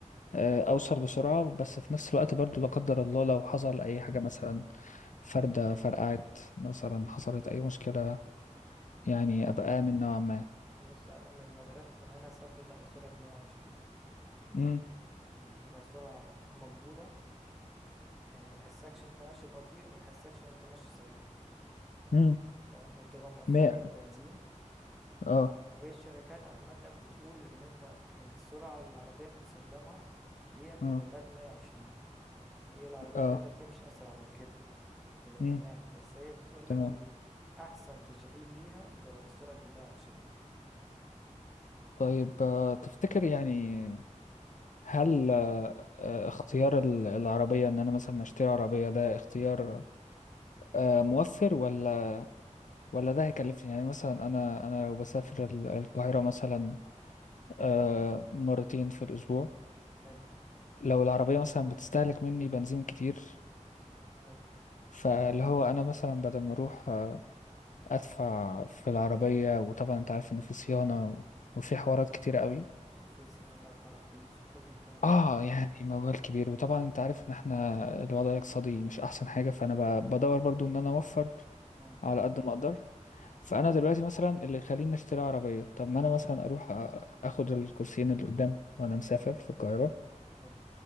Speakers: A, on the left (about 75°); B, in the centre.
A: آه، اوصل بسرعه بس في نفس الوقت برضو لا قدر الله لو حصل اي حاجه مثلا فرده فرقعت مثلا حصلت اي مشكله يعني ابقى امن نوعا ما
B: بص أنا من مدرسة إن أنا أثبت على سرعة 120
A: امم
B: يعني بتبقى سرعة مقبولة يعني ما تحسكش انت ماشي بطيء وما تحسكش انت ماشي سريع
A: امم
B: فاهم وبتبقى مؤثرة
A: مية.
B: للبنزين
A: اه
B: والشركات عامة بتقول ان انت يعني السرعة اللي العربية متصممة ليها بتبقى
A: اه
B: لغاية 120 هي العربية
A: اه
B: بتقدر تمشي اسرع من كده وتبقى
A: امم
B: تمام بس هي بتقولك
A: تمام
B: ال- احسن تشغيل ليها بتبقى في سرعة 120
A: طيب آه، تفتكر يعني هل آه، آه، اختيار ال- العربية ان انا مثلا اشتري عربية ده اختيار آه، موفر ولا ولا ده هيكلفني يعني مثلا انا انا لو بسافر ال- القاهرة مثلا آه، مرتين في الاسبوع
B: حلو
A: لو العربية مثلا بتستهلك مني بنزين كتير
B: حلو
A: فاللي هو انا مثلا بدل ما اروح آه، ادفع في العربية وطبعا انت عارف ان في صيانة وفي حوارات كتير قوي
B: آه، في صيانة وتراخيص وكل الكلام
A: اه
B: ده
A: يعني موال كبير وطبعا انت عارف ان احنا الوضع الاقتصادي مش احسن حاجة فانا ب- بدور برضو ان انا اوفر
B: مم.
A: على قد ما اقدر فانا
B: حلو
A: دلوقتي مثلا اللي يخليني اشتري عربية طب ما انا مثلا اروح أ- اخد الكرسيين اللي قدام وانا مسافر في القاهرة
B: حلو